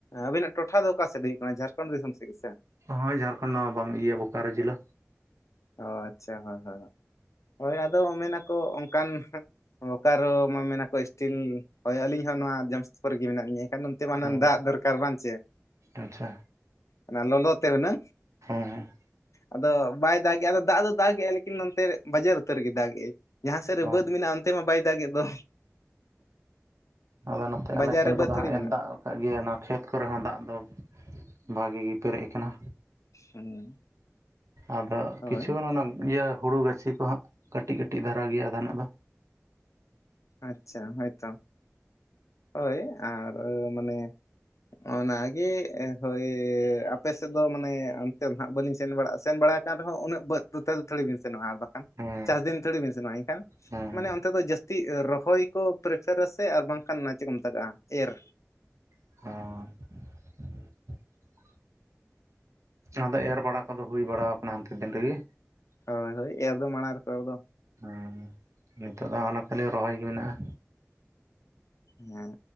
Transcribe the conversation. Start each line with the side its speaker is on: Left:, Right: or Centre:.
Left: ᱟᱵᱤᱱᱟᱜ ᱴᱚᱴᱷᱟ ᱫᱚ ᱚᱠᱟ ᱥᱮᱫ ᱦᱩᱭᱩᱜ ᱠᱟᱱᱟ ᱡᱷᱟᱲᱠᱷᱚᱸᱰ ᱫᱤᱥᱚᱢ ᱥᱮᱫ ᱜᱮ ᱥᱮ
Right: ᱦᱳᱭ ᱡᱷᱟᱲᱠᱷᱚᱸᱰ ᱱᱚᱣᱟ ᱤᱭᱟᱹ ᱵᱳᱠᱟᱨᱳ ᱡᱮᱞᱟ
Left: ᱚ ᱟᱪᱪᱷᱟ ᱦᱳᱭ ᱦᱳᱭ ᱦᱳᱭ ᱟᱫᱚ ᱢᱮᱱᱟᱠᱚ ᱚᱱᱠᱟᱱ ᱵᱚᱠᱟᱨᱚ ᱢᱟ ᱢᱮᱱᱟᱠᱚ ᱥᱴᱤᱞ ᱦᱳᱭ ᱟᱹᱞᱤᱧ ᱦᱚᱸ ᱱᱚᱣᱟ ᱡᱟᱢᱥᱮᱫᱽᱯᱩᱨ ᱨᱮᱜᱮ ᱢᱮᱱᱟᱜ ᱞᱤᱧᱟᱹ ᱱᱚᱱᱛᱮ ᱢᱟᱱᱮ
Right: ᱦᱮᱸ
Left: ᱫᱟᱜ ᱫᱚᱨᱠᱟᱨ ᱵᱟᱝ ᱥᱮ
Right: ᱟᱪᱪᱷᱟ
Left: ᱚᱱᱟ ᱞᱚᱞᱚ ᱛᱮ ᱚᱱᱮ
Right: ᱦᱩᱸ ᱦᱩᱸ
Left: ᱟᱫᱚ ᱵᱟᱭ ᱫᱟᱜ ᱜᱮᱭᱟ ᱟᱫᱚ ᱫᱟᱜ ᱫᱟ ᱫᱟᱜ ᱮᱜᱮᱭᱟ ᱞᱮᱠᱤᱧ ᱱᱚᱛᱮ ᱵᱟᱡᱟᱨ ᱩᱛᱟᱹᱨ ᱜᱮ ᱫᱟᱜᱮᱭᱟ ᱡᱟᱦᱟᱸ ᱥᱮᱫ ᱨᱮ
Right: ᱦᱳᱭ
Left: ᱵᱟᱹᱫᱽ ᱢᱮᱱᱟᱜᱼᱟ ᱚᱱᱛᱮ ᱢᱟ ᱵᱟᱭ ᱫᱟᱜᱮᱫ ᱫᱚ
Right: ᱟᱫᱚ ᱱᱚᱛᱮ ᱟᱞᱮ
Left: ᱵᱟᱡᱟᱨ
Right: ᱥᱮᱱ
Left: ᱨᱮ
Right: ᱠᱚᱫᱚ
Left: ᱵᱟᱹᱫ ᱛᱷᱚᱲᱤ
Right: ᱦᱟᱸᱜ ᱮ
Left: ᱢᱮᱱᱟᱜᱼᱟ
Right: ᱫᱟᱜ ᱠᱟᱫ ᱜᱮᱭᱟ ᱚᱱᱟ ᱠᱷᱮᱛ ᱠᱚᱨᱮ ᱦᱚᱸ ᱫᱟᱜ ᱫᱚ ᱵᱷᱟᱜᱮ ᱜᱮ ᱯᱮᱨᱮᱡ ᱟᱠᱟᱱᱟ
Left: ᱦᱩᱸ
Right: ᱟᱫᱚ
Left: ᱦᱳᱭ
Right: ᱠᱤᱪᱷᱩᱜᱟᱱ ᱚᱱᱟ ᱤᱭᱟᱹ ᱦᱩᱲᱩ ᱜᱟᱹᱪᱷᱤ ᱠᱚᱦᱟᱸᱜ ᱠᱟᱹᱴᱤᱡ ᱠᱟᱹᱴᱤᱡ ᱫᱷᱟᱨᱟ ᱜᱮᱭᱟ ᱚᱱᱟ ᱫᱚ
Left: ᱟᱪᱪᱷᱟ ᱦᱳᱭ ᱛᱚ ᱦᱳᱭ ᱟᱨ ᱢᱟᱱᱮ ᱚᱱᱟᱜᱮ ᱦᱳᱭ ᱟᱯᱮ ᱥᱮᱫ ᱫᱚ ᱢᱟᱱᱮ ᱚᱱᱛᱮ ᱱᱟᱜ ᱵᱟᱹᱞᱤᱧ‌ ᱥᱮᱱ ᱵᱟᱲᱟ ᱠᱟᱱ ᱨᱮᱦᱚᱸ ᱩᱱᱟᱹᱜᱟᱹ <unintelligible> ᱛᱷᱚᱲᱮ ᱵᱮᱱ ᱥᱮᱱᱚᱜᱼᱟ ᱟᱨ ᱵᱟᱝ
Right: ᱦᱮᱸ
Left: ᱪᱟᱥ ᱫᱤᱱ ᱛᱷᱚᱲᱤ ᱵᱤᱱ ᱥᱮᱱᱚᱜᱼᱟ ᱮᱱᱠᱷᱟᱱ
Right: ᱦᱮᱸ
Left: ᱢᱟᱱᱮ ᱚᱱᱛᱮ ᱫᱚ ᱡᱟᱹᱥᱛᱤ <unintelligible> ᱨᱚᱦᱚᱭ ᱠᱚ ᱯᱨᱤᱯᱟᱨ ᱟ ᱥᱮ ᱟᱨ ᱵᱟᱝᱠᱷᱟᱱ ᱚᱱᱟ ᱪᱮᱫ ᱠᱚ ᱢᱮᱛᱟᱜᱟᱜᱼᱟ ᱮᱨ
Right: <unintelligible> ᱟᱫᱚ ᱮᱨ ᱵᱟᱲᱟ ᱠᱚᱫᱚ ᱦᱩᱭ ᱵᱟᱲ ᱠᱟᱱᱟ ᱦᱟᱱᱛᱮ ᱫᱤᱱ ᱨᱮᱜᱮ
Left: ᱦᱳᱭ ᱦᱳᱭ ᱮᱨ ᱫᱚ ᱢᱟᱬᱟᱝ ᱨᱮᱠᱚ ᱮᱦᱚᱵᱫᱚ
Right: ᱦᱮᱸ ᱱᱤᱛᱳ ᱫᱚ ᱦᱟᱸᱜ ᱚᱱᱟ ᱠᱷᱟᱹᱞᱤ ᱨᱚᱦᱚᱭ ᱜᱮ ᱢᱮᱱᱟᱜᱼᱟ᱾
Left: ᱦᱮᱸ